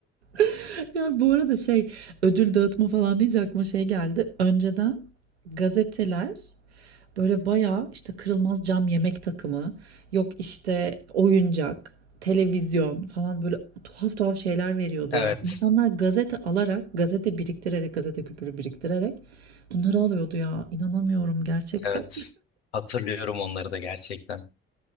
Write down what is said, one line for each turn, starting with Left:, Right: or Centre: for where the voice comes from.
Right: <laughs> Ya bu arada şey ödül dağıtma falan deyince aklıma şey geldi. Önceden gazeteler Böyle bayağı işte kırılmaz cam yemek takımı, yok işte oyuncak, televizyon falan böyle tuhaf tuhaf şeyler veriyordu
Left: Evet,
Right: ya. İnsanlar gazete alarak, gazete biriktirerek, gazete küpürü biriktirerek bunları alıyordu ya. İnanamıyorum gerçekten.
Left: evet. Hatırlıyorum onları da gerçekten.